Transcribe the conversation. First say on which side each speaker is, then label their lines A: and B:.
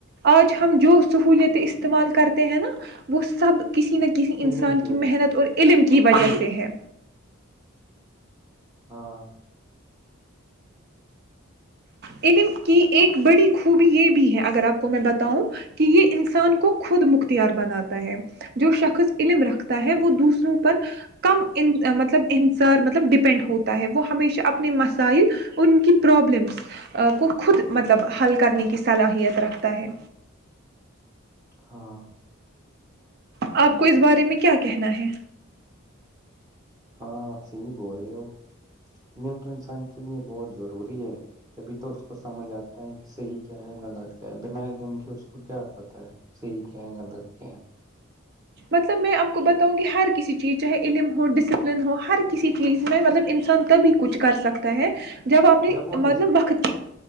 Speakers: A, on the right; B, on the right.
A: آج ہم جو سہولیت استعمال کرتے ہیں نا وہ سب کسی نہ کسی انسان
B: علم وجہ
A: کی محنت
B: سے
A: اور علم کی وجہ سے ہے
B: ہاں
A: علم کی ایک بڑی خوبی یہ بھی ہے اگر آپ کو میں بتاؤں کہ یہ انسان کو خود مختیار بناتا ہے جو شخص علم رکھتا ہے وہ دوسروں پر کم مطلب انحصار مطلب ڈپینڈ ہوتا ہے وہ ہمیشہ اپنے مسائل ان کی پرابلمس کو خود مطلب حل کرنے کی صلاحیت رکھتا ہے
B: ہاں
A: آپ کو اس بارے میں کیا کہنا ہے
B: ہاں آپ صحیح بول رہے ہو علم تو انسان کے لیے بہت ضروری ہے تبھی تو اس کو سمجھ آتا ہے کہ صحیح کیا ہے غلط کیا ہے بنا علم کے اس کو کیا پتہ ہے صحیح کیا گند کیا
A: مطلب میں آپ کو بتاؤں گی ہر کسی چیز چاہے علم ہو ڈسپلن ہو ہر کسی چیز میں مطلب انسان تبھی کچھ کر سکتا ہے جب اپنی
B: وہ ڈس
A: مطلب وقت کی